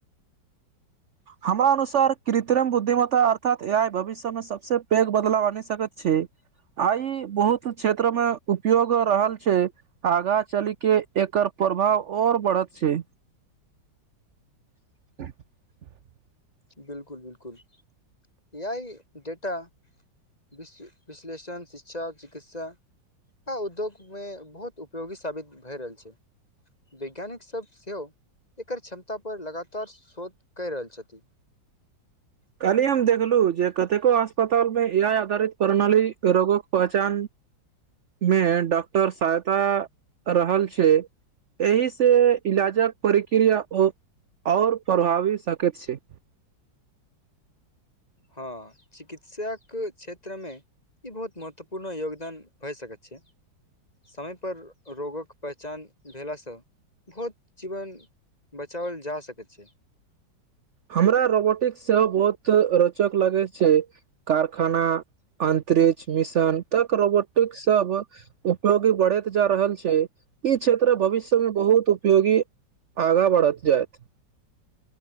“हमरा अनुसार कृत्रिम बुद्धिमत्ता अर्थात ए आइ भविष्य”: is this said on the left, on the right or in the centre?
Right